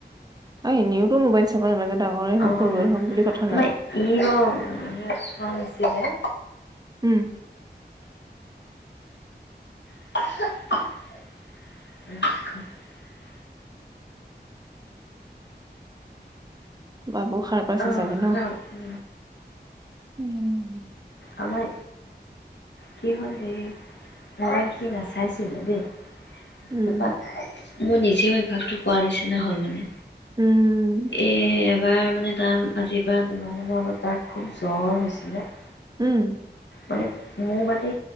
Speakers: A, on the right; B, on the left.
A: আৰু এনিউটো মোবাইল চাব নালাগে ডাঙৰে হওক
B: অ
A: সৰুৱে
B: আমাৰ
A: হওক বুলি কথা নাই
B: ই ৰ চোৱা নাছিলে
A: উম
B: আ
A: বাবু সাৰ পাইছে
B: অ
A: চাগে ন
B: উ
A: উম
B: আমাৰ কি হল হেৰি মবাইল সি নাচাইছিলো দেই
A: উম
B: ত মোৰ নিজেও অভ্যাসটো কোৱাৰ নিচিনা হ'ল মানে
A: উম
B: এ এবাৰ মানে তাৰ আজিৰ পৰা দুমাহনৰ আগত তাৰ খুব জ্বৰ হৈছিলে
A: উম
B: মানে মোৰ বাদে